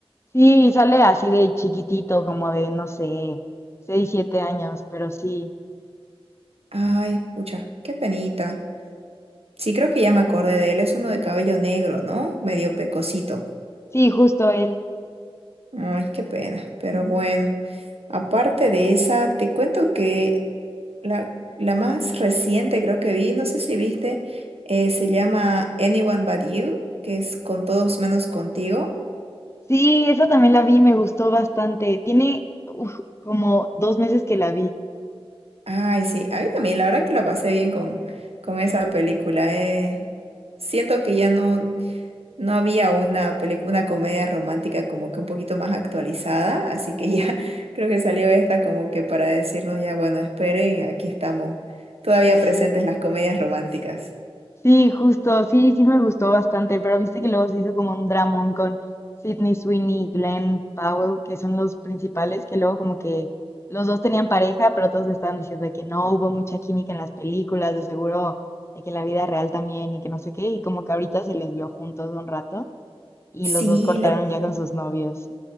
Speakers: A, on the left; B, on the right.
A: Sí, sale así de chiquitito, como de, no sé, seis, siete años, pero sí,
B: Ay, pucha, qué penita. Sí, creo que ya me acordé de él, es uno de cabello negro, ¿no? Medio pecosito.
A: sí, justo él.
B: Ay, qué pena, pero bueno. Aparte de esa, te cuento que la, la más reciente creo que vi, no sé si viste, eh, se llama Anyone But You, que es con todos menos contigo.
A: Sí, esa también la vi, me gustó bastante. Tiene uf, como dos meses que la vi.
B: Ay, sí, a mí también, la verdad que la pasé bien con, con esa película. eh. Siento que ya no, No había una película, una comedia romántica como que un poquito más actualizada, así que ya <laughs> creo que salió esta como que para decirnos ya, bueno, esperen, aquí estamos todavía presentes las comedias románticas.
A: Sí, justo, sí, sí me gustó bastante, pero viste que luego se hizo como un dramón con Sydney Sweeney y Glenn Powell, que son los principales, que luego como que los dos tenían pareja, pero todos estaban diciendo de que no hubo mucha química en las películas, de seguro, de que en la vida real también y que no sé qué, y como que ahorita se les vio juntos un rato y
B: Sí,
A: los dos cortaron
B: lo vi.
A: ya con sus novios.